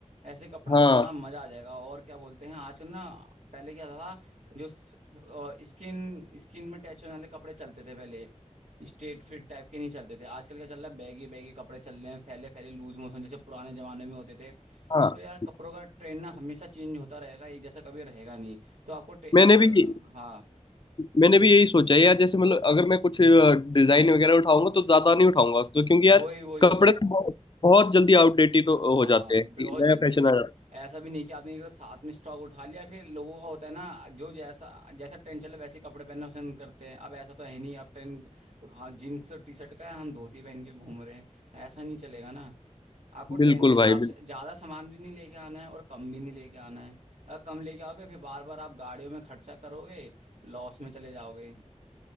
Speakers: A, on the right; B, on the left.
A: ऐसे कपड़े
B: हाँ
A: लो ना मजा आ जाएगा और क्या बोलते हैं आजकल ना पहले क्या था जो स्किन स्किन में टैच होने वाले कपड़े चलते थे पहले स्ट्रेट फिट टाइप के नहीं चलते थे आजकल क्या चल रहा है बैगी बैगी कपड़े चल रहे हैं फैले फैले लूज मोशन जैसे पुराने जमाने में होते थे
B: हाँ
A: तो यार कपड़ों का ट्रेंड ना हमेशा चेंज होता रहेगा एक जैसा कभी रहेगा नहीं तो आपको टे- ऐसा
B: मैंने भी
A: हाँ
B: मैंने भी यही सोचा है यार जैसे मतलब अगर मैं कुछ डिजाइन वगैरह उठाऊंगा तो ज्यादा नहीं उठाऊंगा उसको क्योंकि यार
A: वही वही
B: कपड़े
A: वही
B: तो बहुत, बहुत जल्दी आउटडेटेड
A: देखो
B: हो हो
A: हाँ
B: जाते
A: बहुत
B: हैं नया
A: जल्दी
B: फैशन आ जाता
A: ऐसा भी नहीं कि आदमी का साथ में स्टॉक उठा लिया फिर लोगों का होता है ना जो जैसा जैसा ट्रेंड चला वैसे कपड़े पहनना पसंद करते हैं अब ऐसा तो है नहीं अब ट्रेंड हाँ जीन्स और टी शर्ट का है हम धोती पहन के घूम रहे हैं ऐसा नहीं चलेगा ना आपको
B: है
A: ट्रेंड
B: बिल्कुल
A: के हिसाब
B: भाई
A: से ज्यादा सामान भी नहीं लेके आना है और कम भी नहीं लेके आना है अगर कम लेके आओगे फिर बार बार आप गाड़ियों में खर्चा करोगे लॉस में चले जाओगे